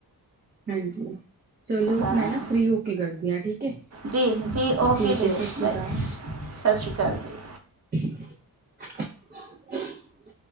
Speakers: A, on the right; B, on the right.
A: ਹਾਂਜੀ ਚਲੋ
B: ਹਾਂ
A: ਮੈਂ ਨਾ ਫਰੀ ਹੋ ਕੇ ਕਰਦੀ ਹ ਠੀਕ ਹੈ
B: ਜੀ ਜੀ
A: ਠੀਕ
B: ਓਕੇ ਡੀਅਰ
A: ਸਤ ਸ਼੍ਰੀ
B: ਬਾਏ
A: ਅਕਾਲ
B: ਸਤਿ ਸ਼੍ਰੀ ਅਕਾਲ ਜੀ
A: <inaudible>